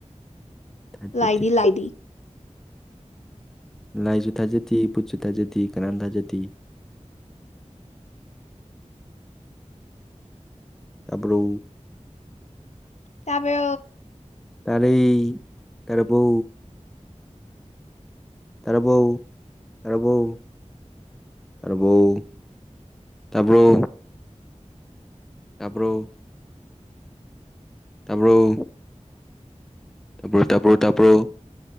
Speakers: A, in the centre; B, on the left (about 65°).
A: ꯊꯥꯖꯗꯦ
B: ꯂꯥꯏꯗꯤ ꯂꯥꯏꯗꯤ
A: ꯂꯥꯏꯁꯨ ꯊꯥꯖꯗꯦ ꯄꯨꯠꯁꯨ ꯊꯥꯖꯗꯦ ꯀꯅꯥꯝ ꯊꯥꯖꯗꯦ
B: ꯑ
A: ꯇꯕ꯭ꯔꯣ
B: ꯇꯕ
A: ꯇꯔꯩ ꯇꯔꯄꯣ ꯇꯔꯕꯣꯎ ꯇꯔꯕꯣꯎ ꯇꯥꯕꯔꯣ ꯇꯥꯕꯔꯣ ꯇꯕꯔꯣ ꯇꯥꯕꯥꯔꯣ ꯇꯕꯔꯣ ꯇꯕꯔꯣ ꯇꯕꯔꯣ